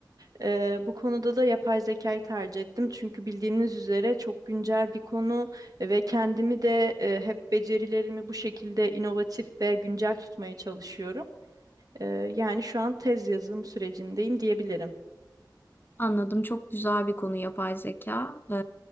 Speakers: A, on the right (about 55°); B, on the left (about 25°).
A: Eee, bu konuda da yapay zekayı tercih ettim. Çünkü bildiğiniz üzere çok güncel bir konu ve kendimi de eee, hep becerilerimi bu şekilde inovatif ve güncel tutmaya çalışıyorum. Eee, yani şu an tez yazım sürecindeyim diyebilirim.
B: Anladım. Çok güzel bir konu yapay zeka. Ee,